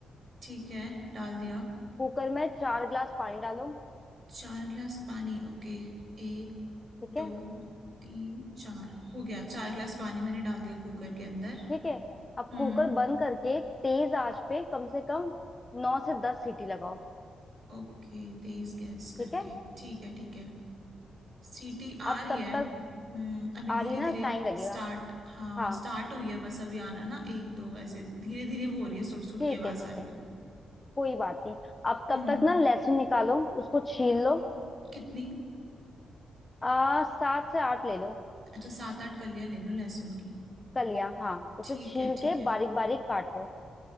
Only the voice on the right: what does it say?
ठीक है डाल दिया
चार गिलास पानी ओके एक
दो
तीन चार हो गया चार गिलास पानी मैंने डाल दिया कुकर के अंदर
हम्म
ओके तेज गैस करके
ठीक है ठीक है सीटी आ
रही
है
हम्म अभी
धीरे
धीरे
स्टार्ट हाँ
स्टार्ट हुई है बस अभी आना ना एक दो ऐसे धीरे धीरे वो हो रही है सुड़ सुड़
की आवाज
आ रही
है
हम्म
कितनी
अच्छा सात आठ कलियां ले लो लहसुन की
ठीक
है ठीक
है